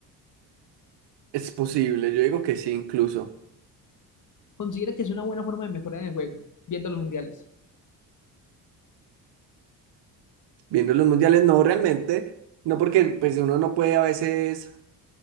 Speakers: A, on the right; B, on the left.
A: Es posible, yo digo que sí, incluso.
B: ¿Considera que es una buena forma de mejorar en el juego, viendo los mundiales?
A: Viendo los mundiales, no realmente, no porque pues uno no puede a veces